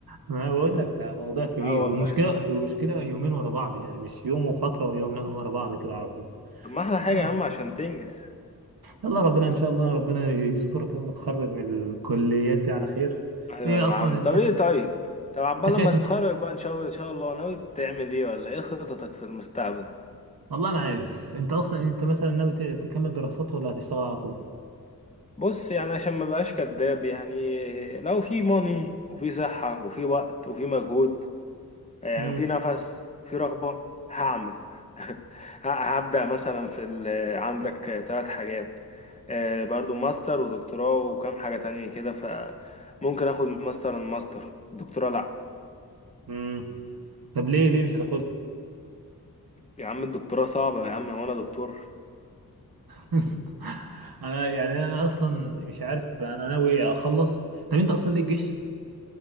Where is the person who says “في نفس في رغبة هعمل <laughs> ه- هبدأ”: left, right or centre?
Left